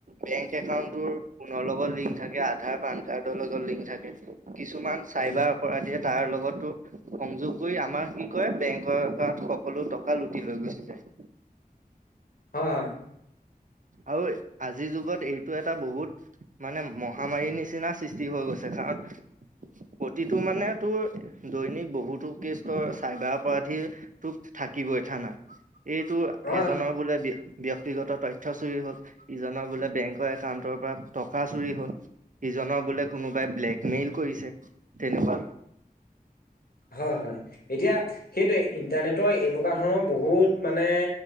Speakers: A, on the right; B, on the left.
A: বেংক একাউণ্ট তোৰ ফোনৰ লগত লিংক থাকে, আধাৰ, পান কাৰ্ডৰ লগত লিংক থাকে। কিছুমান চাইবাৰ
B: হয়
A: অপৰাধীয়ে তাৰলগত‌ তোৰ সংযোগ কৰি আমাৰ কি কয় বেংকৰ পৰা সকলো টকা লুটি লৈ গুচি যায়।
B: হয়, হয়।
A: আৰু আজিৰ যুগত এইটো এটা বহুত মানে মহামাৰীৰ নিচিনা সৃষ্টি হৈ গৈছে। কাৰ <unintelligible> প্ৰতিটো মানে তোৰ দৈনিক বহুতো কেষ্ট চাইবাৰ অপৰাধী ত থাক থাকিবই থানাত এইটো
B: হয়
A: এজনৰ বোলে ব্যক্তিগত তথ পইছা চুৰি হ'ল ইজনৰ বোলে বেংকৰ একাউণ্টৰ পৰা টকা চুৰি হ'ল, ইজনৰ বোলে কোনোবাই ব্লেকমেইল কৰিছে তেনেকুৱা।
B: হয়-হয় এতিয়া সেইটো ইণ্টাৰনেটৰ এনেকুৱা ধৰণৰ বহুত মানে